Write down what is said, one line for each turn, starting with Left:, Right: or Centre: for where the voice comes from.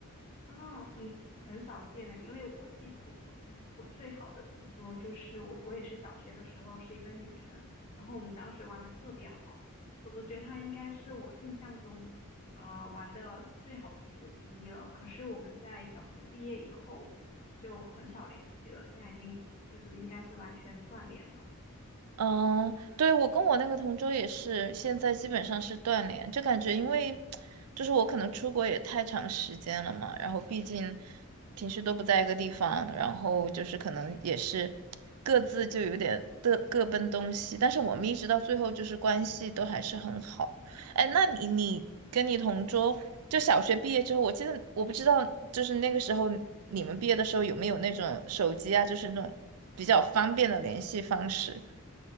Left: 啊，很很少见的，因为我记得我我最好的同桌就是我，我也是小学的时候是一个女生，然后我们当时玩的特别好，我都觉得她应该是我印象中呃玩的最好的朋友之一了。可是我们在小学毕业以后就很少联系了，现在已经就是应该是完全断联了。
Right: 嗯，对，我跟我那个同桌也是，现在基本上是断联，就感觉因为就是我可能出国也太长时间了嘛，然后毕竟平时都不在一个地方，然后就是可能也是各自就有点各各奔东西，但是我们一直到最后就是关系都还是很好。哎，那你你跟你同桌就小学毕业之后，我记得我不知道就是那个时候你们毕业的时候有没有那种手机啊，就是那种比较方便的联系方式。